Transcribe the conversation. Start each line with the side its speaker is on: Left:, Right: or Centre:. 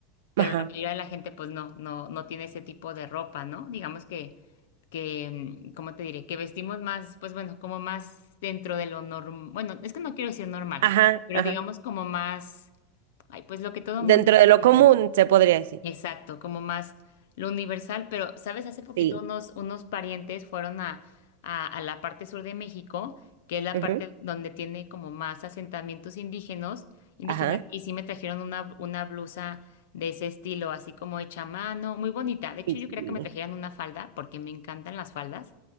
Left: pero
Right: Ajá.
Left: la mayoría de la gente pues no, no, no tiene ese tipo de ropa, ¿no? Digamos que, que, mm, ¿cómo te diré? Que vestimos más, pues bueno, como más dentro de lo normal, bueno, es que no quiero decir normal,
Right: Ajá.
Left: pero
Right: Ajá.
Left: digamos como más, ay, pues lo que todo mundo
Right: Dentro de lo
Left: utiliza.
Right: común, se podría decir.
Left: Exacto, como más lo universal, pero, ¿sabes? Hace poquito
Right: Sí.
Left: unos, unos parientes fueron a, a, a la parte sur de México, que es la
Right: ujú,
Left: parte donde tiene como más asentamientos indígenas, indígenas,
Right: Ajá.
Left: y sí me trajeron una, una blusa de ese estilo, así como hecha a mano, muy bonita. De hecho,
Right: Sí,
Left: yo
Right: sí.
Left: quería que me trajeran una falda, porque me encantan las faldas,